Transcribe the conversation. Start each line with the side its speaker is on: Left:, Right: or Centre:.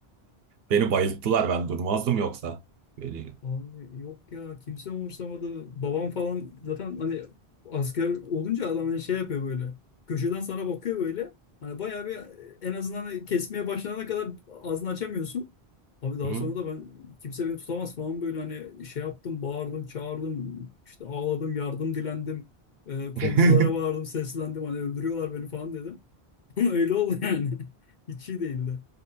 Right: Beni bayılttılar ben durmazdım yoksa. Böyle-
Left: Abi yok ya kimse umursamadı. Babam falan zaten hani asker olunca adam hani şey yapıyor böyle. Köşeden sana bakıyor böyle. Hani bayağı bir en azından hani kesmeye başlanana kadar ağzını açamıyorsun. Abi daha
Right: Hı.
Left: sonra da ben kimse beni tutamaz falan böyle hani şey yaptım, bağırdım, çağırdım, işte ağladım, yardım dilendim. Ee, komşulara
Right: <laughs>
Left: bağırdım, seslendim hani öldürüyorlar beni falan dedim. <laughs> Öyle oldu yani. <laughs> Hiç iyi değildi.